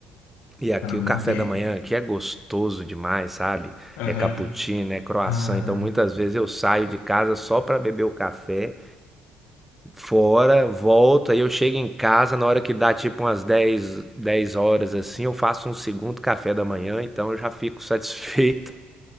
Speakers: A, in the centre; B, on the left.
A: E aqui
B: pra manter.
A: o café da manhã aqui é gostoso demais, sabe?
B: Aham.
A: É cappuccino, é croissant.
B: Ai,
A: Então muitas vezes eu saio de casa só para beber o café fora, volto, aí eu chego em casa na hora que dá tipo umas dez dez horas assim, eu faço um segundo café da manhã, então eu já fico <laughs> satisfeito.